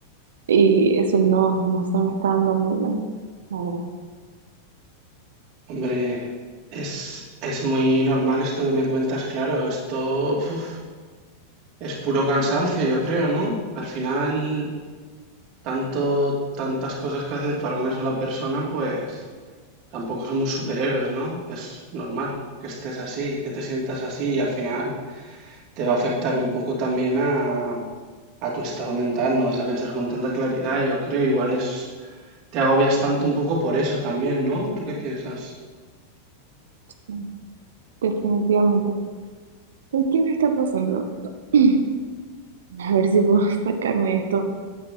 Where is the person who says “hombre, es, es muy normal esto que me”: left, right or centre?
Right